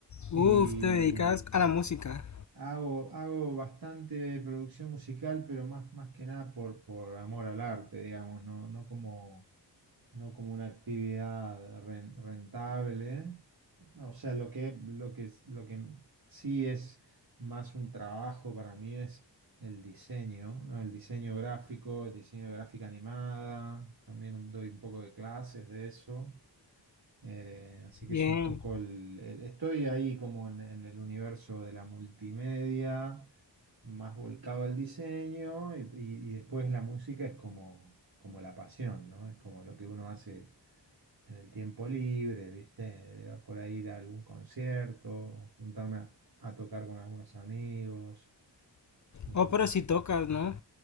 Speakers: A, on the right (about 55°); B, on the left (about 40°).
A: y
B: Uf, te dedicas a la música.
A: hago, hago bastante producción musical, pero más, más que nada por, por amor al arte, digamos, no, no como, no como una actividad ren- rentable. O sea, lo que, lo que, lo que sí es más un trabajo para mí es el diseño, ¿no? El diseño gráfico, el diseño de gráfica animada, también doy un poco de clases de eso. Eh, así que
B: Bien.
A: es un poco el, el- estoy ahí como en, en el universo de la multimedia, más volcado al diseño, y, y- y después la música es como, como la pasión, ¿no? Es como lo que uno hace en el tiempo libre, ¿viste? De- Por ahí ir a algún concierto, juntarme a, a tocar con algunos amigos. ¿no?
B: Oh,
A: Como
B: pero
A: una-
B: si tocas, ¿no?